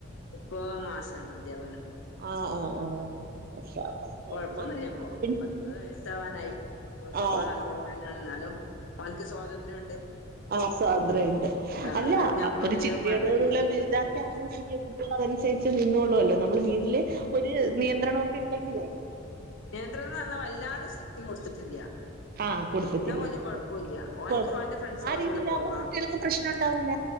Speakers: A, on the left; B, on the right.
A: ഇപ്പ മാസമാണ് അധ്യാപനം
B: ആഹ് ആഹ് ആഹ് മാഷാ അല്ലാഹ്
A: കൊഴപ്പൊന്നുമില്ല
B: മാഷാ
A: ഇപ്പൊ
B: അപ്പൊ പിന്നെ
A: പത്തിരുപത് വയസ്സ് ആവാനായി അ ഞമ്മ
B: ആഹ്
A: കൺട്രോളിൽ
B: ആഹ്
A: തന്നാണ് എന്നാലും അവനക്ക് സ്വാതന്ത്ര്യം ഉണ്ട്
B: ആ സ്വാതന്ത്ര്യം ഉണ്ട് അല്ല
A: അന്ന് പിന്നെ നമ്മളോടെല്ലാം
B: ഒരു ചിട്ടിയോട
A: പറഞ്ഞ
B: കൂടുള്ള
A: രീതിയാണ്
B: വിതാക്ക ആപ കുട്ടികൾ അതനുസരിച്ച് നിന്നള്ളല്ലോ നമ്മുടെ വീട്ടില് ഒരു നിയന്ത്രണമൊക്കെ ഉണ്ടെങ്കിലേ
A: നിയന്ത്രണം പറഞ്ഞാൽ വല്ലാതെ സെറ്റും കൊടുത്തിട്ടില്ല
B: ആഹ് കൊടുത്തിട്ടില്ല
A: എന്നാ വല്യ കുഴപ്പില്ല അവനക്ക്
B: കുഴപ്പമില്ല
A: അവൻ്റെ ഫ്രണ്ട്സോളെ
B: ആ രീതിയിലാകുമ്പോ
A: കൂടെ പോവാ
B: കുട്ടികൾക്കും പ്രശ്നം ഉണ്ടാവൂല